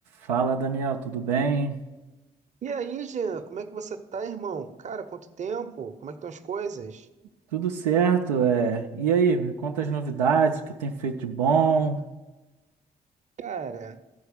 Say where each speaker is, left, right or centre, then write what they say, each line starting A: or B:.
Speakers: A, on the right; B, on the right.
A: Fala, Daniel, tudo bem?
B: E aí, Jean, como é que você tá, irmão? Cara, quanto tempo? Como é que estão as coisas?
A: Tudo certo, é. E aí, me conta as novidades, o que tem feito de bom?
B: Cara,